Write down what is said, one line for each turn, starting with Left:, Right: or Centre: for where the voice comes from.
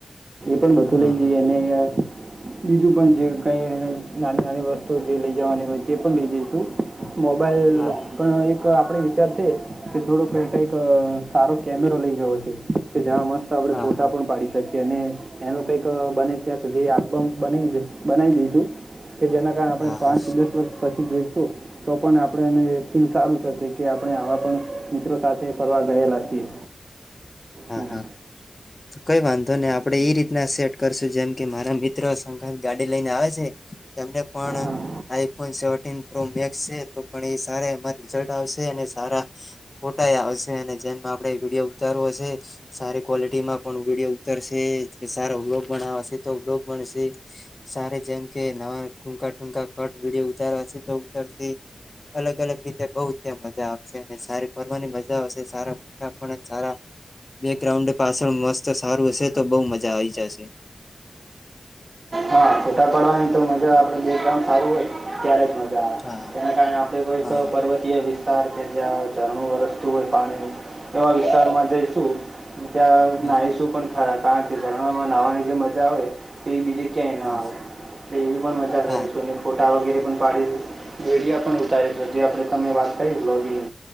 Right: પણ બધું
Left: હા
Right: લઈ જઈ અને બીજું પણ જે કઈ નાની નાની વસ્તુ જે લઈ જવાની હોય તે પણ લઈ જઈશું. મોબાઈલ
Left: હા હા
Right: પણ એક આપ વિચાર છે, કે થોડો કઈ કઈક સારો કેમેરો લઈ જવો છે કે જેમાં મસ્ત
Left: હા-હા.
Right: શ અને એનું કઈક બને ત્યાં સુધી આલ્બમ બના બનાવી દીધું. કે જેના કારણે
Left: હા
Right: આપણે પાંચ
Left: હા
Right: દસ વર્ષ પછી જોઈશું, તો પણ આપણે એને ફિલ સારું થશે કે આપણે આવા પણ મિત્રો સાથે ફરવાર ગયેલા છીએ.
Left: હા-હા.
Right: હમ.
Left: કઈ વાંધો નહી આપડે એઈ રીતના સેટ કરશું જેમ કે મારા મિત્રો ગાડી લઈને આવે છે. એને પણ
Right: હા
Left: આઈફોન સેવનટીન પ્રમેક છે, એ સ એ રલ્ટ આવશે. સારા ફોટા આવશે અને જેમ આપડે વિડીયો ઉતારવો હશે. સારી ક્વોલિટી માં પણ વિડીયો ઉતરશે સારો વ્લોગ બશે તો વલોગ બનશે. સારે જેમ કે નવા ટૂંકા-ટૂકા કટ વિડીયો ઉતારવા તો ઉતરતી અલગ અલગ રીતે બઉ ત્યા મજા આવશે અને સારી ફરવાની મજા આવશે સારાટા પણ સારા બેગ્રાઉન્ડ પાછળ મસ્ત સારું હશે તો બહુ મજા આવી જશે.
Right: હા ફોટા પાડવાની તો મજા આપડેામ સારું હોય, ત્યારે મા
Left: હા
Right: તેના કારણે આપણે કોઈ
Left: હા
Right: પર્વતીય વિ સંચાર કે જ્યાં ઝરણું વરસ્તું હોય પાણી ન એવા વિસ્તારમાં જઈશું. ત્યાં
Left: હા
Right: નાહીશું પણ ખરા કારણ કે ઝરણામાં નાહવાની જે મજા આવે, તે એ બીજે ક્યાંય નવા
Left: હા
Right: આવે. એવી પણ મજા કરીશું
Left: હા
Right: અને ફોટા વગેરે. પાડી વેડિયા પણ ઉતારી છે જે આપણે તમે વાત બ્લોગ ગીગ